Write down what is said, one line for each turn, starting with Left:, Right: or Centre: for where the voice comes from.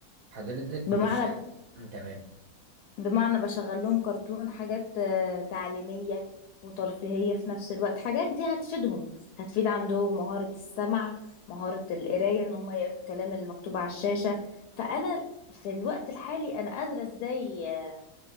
Right: حضرتك
Left: بمعنى
Right: مش ح- تمام
Left: بمعنى بشغل لهم كرتون حاجات آه، تعليمية وترفيهية في نفس الوقت حاجات دي هتفيدهم هتفيد عندهم مهارة السمع مهارة القراية ان هما يقروا الكلام اللي مكتوب على الشاشة فأنا في الوقت الحالي أنا قادرة ازاي آه،